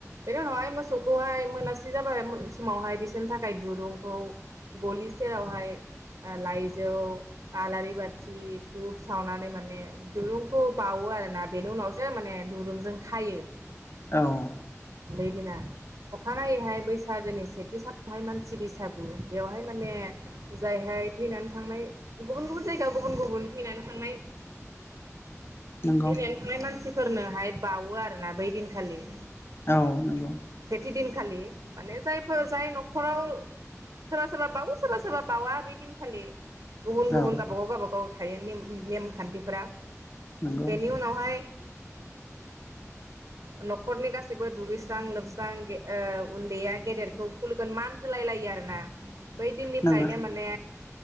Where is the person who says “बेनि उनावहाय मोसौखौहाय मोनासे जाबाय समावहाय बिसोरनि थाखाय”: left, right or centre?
Right